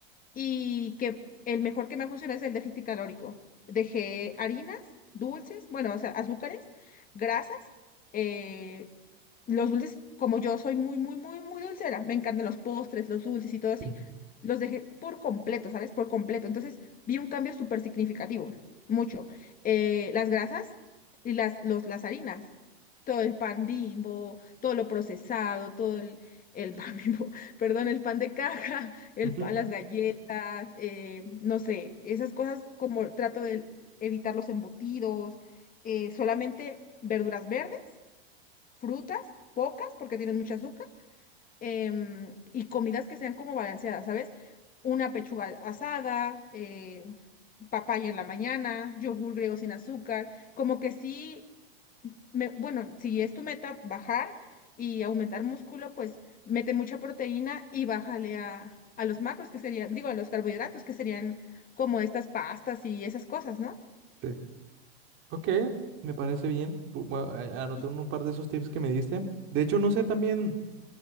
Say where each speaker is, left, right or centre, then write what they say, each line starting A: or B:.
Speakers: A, on the left; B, on the right.
A: y que el mejor que me ha funcionado es el déficit calórico. Dejé harinas, dulces, bueno, o sea, azúcares, grasas, eh, los dulces, como yo soy muy, muy, muy, muy dulcera, me encantan los postres, los dulces y todo así,
B: Mm,
A: los dejé por completo, ¿sabes? Por completo. Entonces vi un cambio súper significativo, mucho. Eh, las grasas y las, los, las harinas, todo el pan Bimbo, todo lo procesado, todo el, el pan Bimbo, <laughs> perdón, el pan de caja, el
B: ujú,
A: pan, las galletas las, eh, no sé, esas cosas como trato de evitar los embutidos, eh, solamente verduras verdes, frutas, pocas porque tienen mucho azúcar, em, y comidas que sean como balanceadas, ¿sabes? Una pechuga asada, eh, papaya en la mañana, yogur griego sin azúcar, como que sí me- bueno, si es tu meta bajar y aumentar músculo, pues mete mucha proteína y bájale a, a los macros, que serían, digo, a los carbohidratos, que serían como estas pastas y esas cosas, ¿no?
B: sí. Ok, me parece bien. Bu- bueno, a- anoté
A: Y
B: un par de esos tips que me diste. De hecho, no sé también.